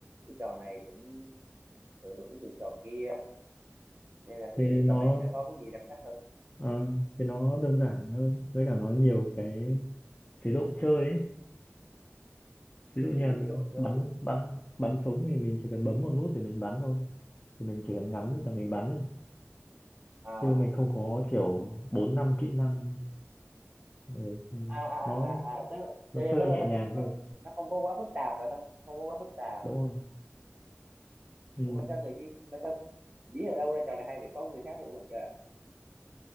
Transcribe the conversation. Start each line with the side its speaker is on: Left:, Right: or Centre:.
Right: cái trò này cũng thừa hưởng từ trò kia nên là ví
Left: thế
Right: dụ như
Left: nó
Right: trò này thì nó có cái gì đặc sắc hơn
Left: ờ, thế nó đơn giản hơn với cả nó nhiều cái chế độ chơi ấy ví dụ
Right: nhiều
Left: như là
Right: chế độ chơi
Left: bắn
Right: hả?
Left: bắn bắn súng thì mình chỉ cần bấm một nút để mình bắn thôi thì mình chỉ cần ngắm và mình bắn ấy
Right: à
Left: chứ mình không có kiểu bốn năm kỹ năng rồi xong
Right: à à à
Left: nó
Right: à à, tức là,
Left: nó
Right: tức là
Left: chơi
Right: tức là
Left: nhẹ
Right: nó
Left: nhàng
Right: không
Left: hơn
Right: nó, nó không có quá phức tạp phải không không có quá phức tạp
Left: đúng không? ừ.
Right: Ủa mà sao tự nhiên mà sao biết ở đâu ra trò này hay vậy có người khác rủ bạn chơi à